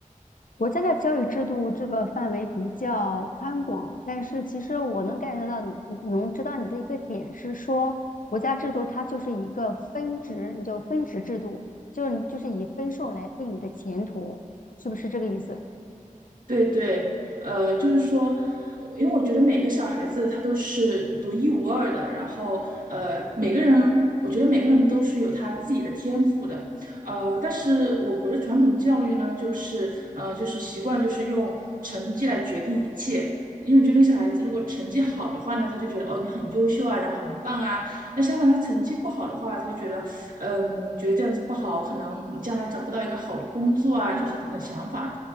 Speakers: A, on the left; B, on the right.
A: 国家的教育制度这个范围比较宽广，但是其实我能 get 到你，能知道你的一个点是说，国家制度它就是一个分值，你就分值制度，就是你就是以分数来定你的前途，是不是这个意思？
B: 对对，呃，就是说，我因为我觉得每个小孩子他都是独一无二的，然后呃，每个人，我觉得每个人都是有他自己的天赋的，呃，但是我国的传统教育呢，就是呃，就是习惯就是用成绩来决定一切。因为觉得小孩子如果成绩好的话呢，他就觉得哦你很优秀啊，然后很棒啊。那相反他成绩不好的话，他就觉得嗯觉得这样子不好，可能你将来找不到一个好的工作啊，就是等等想法。